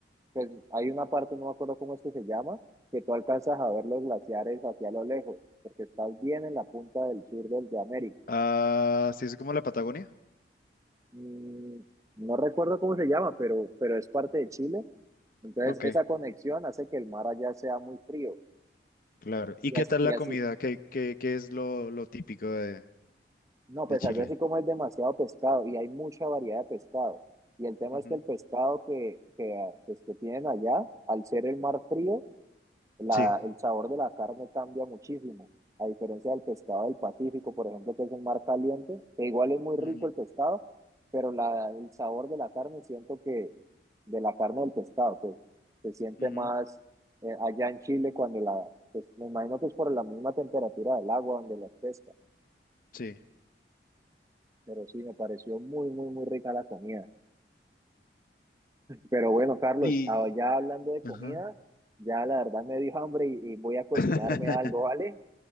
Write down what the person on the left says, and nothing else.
Ah, sí, es como la Patagonia.
Ok,
claro. ¿Y
qué
tal
la
comida? ¿Qué, qué, qué es lo, lo típico de,
de
Chile?
Ujú.
Sí.
Ujú,
ujú.
Sí.
Y
Ajá.
<laughs>